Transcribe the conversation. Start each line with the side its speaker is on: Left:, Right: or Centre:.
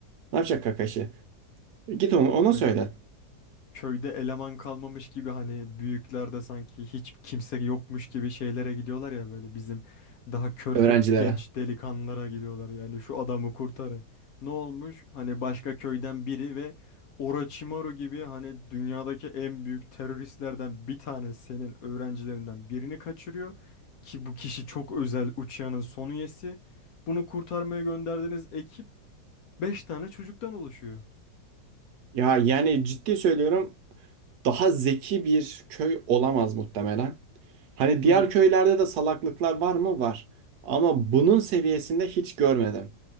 Right: Ne yapacak Kakashi? Git onu, ona
Left: Ya
Right: söyle
Left: köyde eleman kalmamış gibi hani büyüklerde sanki hiç kimse yokmuş gibi şeylere gidiyorlar ya böyle bizim daha körpe
Right: öğrencilere.
Left: genç delikanlılara gidiyorlar yani şu adamı kurtarın. Ne olmuş? Hani başka köyden biri ve Orochimaru gibi hani dünyadaki en büyük teröristlerden bir tane senin öğrencilerinden birini kaçırıyor ki bu kişi çok özel uçağının son üyesi. Bunu kurtarmaya gönderdiğiniz ekip 5 tane çocuktan oluşuyor.
Right: Ya yani ciddi söylüyorum daha zeki bir köy olamaz muhtemelen. Hani diğer
Left: <laughs>
Right: köylerde de salaklıklar var mı? Var. Ama bunun seviyesinde hiç görmedim.